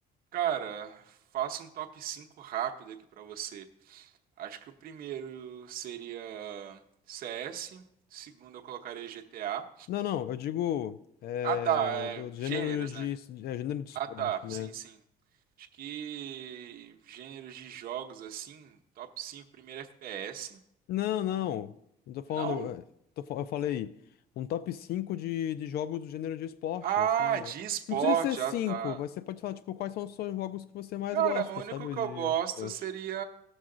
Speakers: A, on the right; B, on the left.
A: Cara, faço um top 5 rápido aqui pra você. Acho que o primeiro seria CS, o segundo eu colocaria GTA.
B: Não, não, eu digo é,
A: Ah tá, é,
B: do gênero
A: gêneros,
B: de,
A: né?
B: é, gênero de esporte,
A: Ah tá,
B: né?
A: sim, sim. Acho que gêneros de jogos assim, top 5, primeiro FPS.
B: Não, não. Não tô falando.
A: Não?
B: é, tô fa- eu falei um top 5 de, de jogos do gênero de esporte,
A: Ah,
B: assim. eu-
A: de esporte,
B: não precisa ser 5,
A: ah tá.
B: mas você pode falar, tipo, quais são os seus jogos que você mais
A: Cara,
B: gosta,
A: o único
B: sabe?
A: que
B: De
A: eu gosto
B: esporte.
A: seria